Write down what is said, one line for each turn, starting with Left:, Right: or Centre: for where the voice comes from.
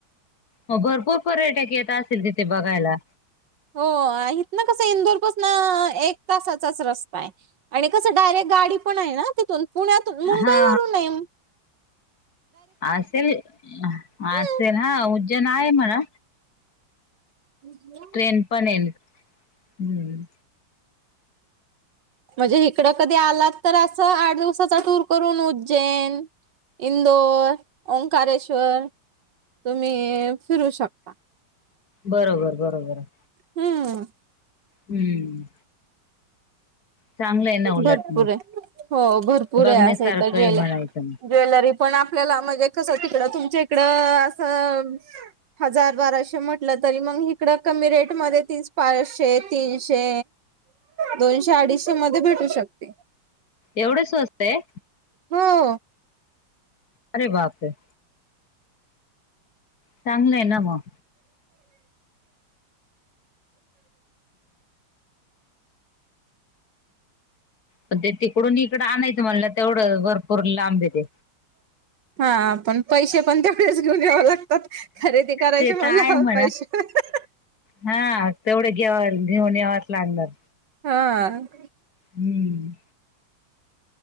Left: म भरपूर पर्यटक येत असतील तिथे बघायला.
Right: हो हिथंन कसं इंदोरपसन एक तासाचाच रस्ता आहे. आणि कसं डायरेक्ट गाडी पण आहे ना तिथून पुण्यातून मुंबई
Left: हा
Right: वरून नाही.
Left: असे अहं असेल
Right: हम्म.
Left: हा उज्जैन आहे म्हणा.
Right: <unintelligible>
Left: ट्रेन पण येन हम्म.
Right: म्हणजे हिकडं कधी आला तर असं आठ दिवसाचा टूर करून उज्जैन इंदोर, ओंकारेश्वर तुम्ही फिरू शकता.
Left: बरोबर बरोबर आहे.
Right: हम्म.
Left: हम्म. चांगलं आहे ना उलट
Right: भरपूर
Left: मग
Right: आहे. हो भरपूर
Left: बघण्यासारखं
Right: आहे असं इथं ज्वेलर
Left: आहे म्हणायचं मग
Right: ज्वेलरी पण आपल्याला म्हणजे कसं तिकडं तुमच्या इकडं असं हजार बाराशे म्हटलं तरी मग हिकडं कमी रेटमध्ये तीच पाचशे तीनशे दोनशे, अडीचशे मध्ये भेटू शकते.
Left: एवढं स्वस्त आहे.
Right: हो.
Left: अरे बापरे. चांगलंय ना मग. पण ते तिकडून इकडं आणायचं म्हणल तेवढं भरपूर लांबय ते.
Right: हा पण पैसे पण तेवढेच घेऊन याव लाग तात. खरेदी करायची
Left: ते
Right: म्हणल्यावर
Left: तर आहे म्हणा
Right: पैसे तर
Left: हा तेवढे घेवन घेऊन यावच लागणार.
Right: हा.
Left: हम्म.